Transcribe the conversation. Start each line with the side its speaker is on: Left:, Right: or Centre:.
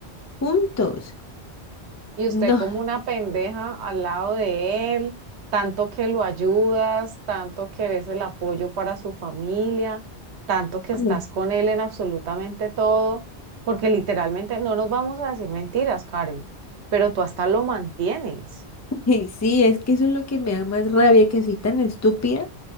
Left: juntos.
Right: Y
Left: No,
Right: usted como una pendeja al lado de él, tanto que lo ayudas, tanto que eres el apoyo para su familia, tanto que estás
Left: ay,
Right: con él en absolutamente todo, porque literalmente no nos vamos a decir mentiras, Karen, pero tú hasta lo mantienes.
Left: <laughs> sí, es que eso es lo que me da más rabia, que soy tan estúpida,